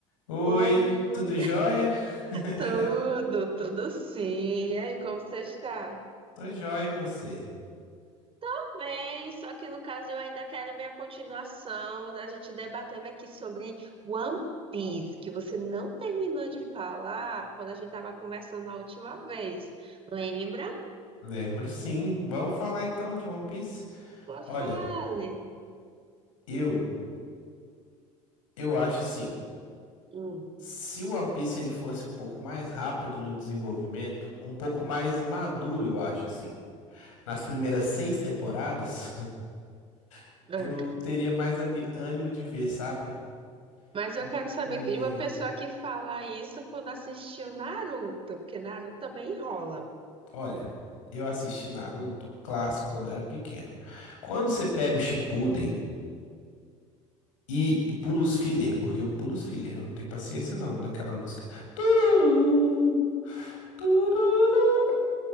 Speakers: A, on the left; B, on the right.
A: Oi,
B: Oh,
A: tudo jóia? <laughs>
B: tudo, tudo sim. E aí, como você está?
A: Tô jóia e você?
B: Tudo Bem, só que no caso eu ainda quero minha continuação da gente debatendo aqui sobre One Piece, que você não terminou de falar quando a gente estava conversando na última vez. Lembra?
A: Lembro sim. Vamos falar então de One Piece?
B: Boa fale.
A: Olha, eu eu acho assim,
B: Hum,
A: se o One Piece ele fosse um pouco mais rápido no desenvolvimento, um pouco mais maduro, eu acho assim. Nas primeiras seis temporadas, <laughs>
B: é.
A: eu teria mais ani- ânimo de ver, sabe?
B: Mas
A: Porque,
B: eu quero saber de uma pessoa que fala isso quando assistiu Naruto, porque Naruto também enrola.
A: olha, eu assisti Naruto, o clássico, quando eu era pequeno. Quando você pega o Shippuden E, e pulo os filler, porque eu pulo os filler, eu não tenho paciência não daquela música. Tururu, tururu.